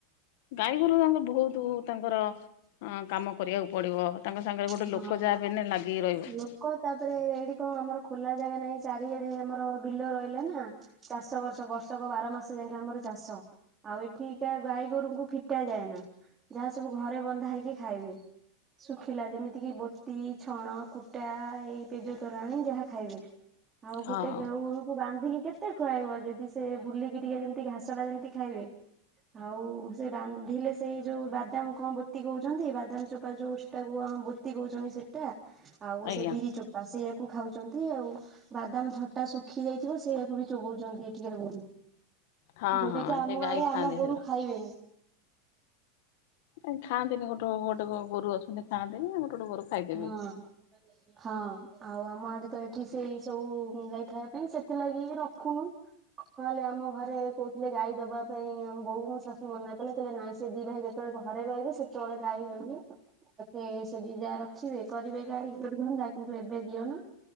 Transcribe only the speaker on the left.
ଗାଈ ଗୋରୁ ଆଙ୍କ ବୋଉତୁ ତାଙ୍କର ଅ କାମ କରିବାକୁ ପଡିବ। ତାଙ୍କ ସାଙ୍ଗରେ ଗୋଟେ
ଲୋକ ଯାହାବି ହେଲେ ଲାଗିକି ରହିବ।
ହଁ।
ଆଜ୍ଞା
ହଁ
ହଁ
ସେ ଗାଈ
ଖାଆନ୍ତି
ସେଗୁରା।
ନାଇଁ ଖାଆନ୍ତିି ଗୋଟେ ଗୋଟେ ଗୋରୁ ଅଛନ୍ତି ଖାଆନ୍ତିନିଉ, ଗୋଟେ ଗୋଟ ଗୋରୁ ଖାଇଦେବେ।